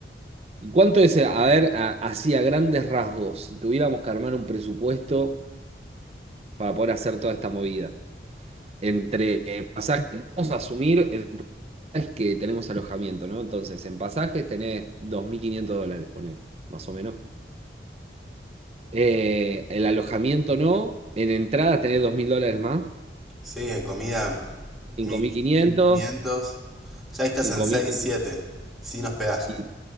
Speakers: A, on the right (about 35°); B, in the centre.
A: ¿Y cuánto es, a ver, a- así a grandes rasgos, si tuviéramos que armar un presupuesto para poder hacer toda esta movida? Entre eh, pasajes, vamos a asumir el es que tenemos alojamiento, ¿no? Entonces, en pasajes tenés 2.500 dólares, poner, más o menos. Eh, el alojamiento no, en entrada tenés 2.000 dólares más,
B: Sí, en comida
A: cinco
B: mil
A: mil quinientos
B: quinientos Ya ahí estás
A: en
B: en
A: comida
B: 6 siete
A: y,
B: Sin hospedaje.
A: y